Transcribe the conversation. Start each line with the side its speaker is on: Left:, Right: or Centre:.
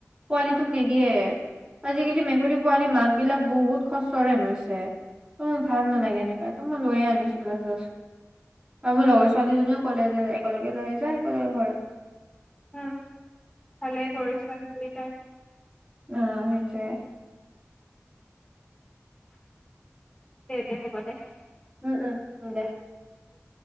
Right: পোৱালিটোক
Left: উম
Right: নিদিয়ে
Left: উম
Right: আজিকালি মেকুৰী পোৱালি মাক বিলাক বহুত খচ ৰেন হৈছে। ত মোৰ
Left: উম
Right: ভাল নালাগে এনেকা তো মই লৈয় আনো। আৰু মোৰ লগৰ ছোৱালীজনীও ক'লে যে একেলগে লৈ যা একেলগে ঘৰত।
Left: উম, ভালে কৰিছো। হয় দুইটাই
Right: আহ সেইটয়ে।
Left: দে, দে, হ'ব দে।
Right: উম, উম, উ, দে।
Left: উম।